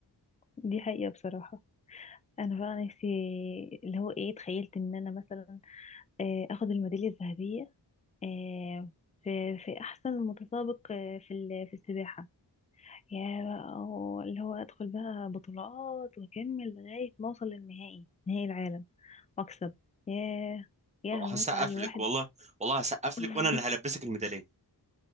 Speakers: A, on the left; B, on the right.
A: دي حقيقة بصراحة انا بقى نفسي اللي هو ايه تخيلت ان انا مثلا آه، اخد الميداليه الذهبيه آه، في في احسن متسابق آه، في ال- في السباحه يا بقى و- اللي هو ادخل بقى بطولات واكمل لغايه ما اوصل للنهائي نهائي العالم واكسب ياه يا المتعه
B: هسقف
A: الواحد
B: لك والله والله هسقف
A: <laughs>
B: لك وانا اللي هلبسك الميدالية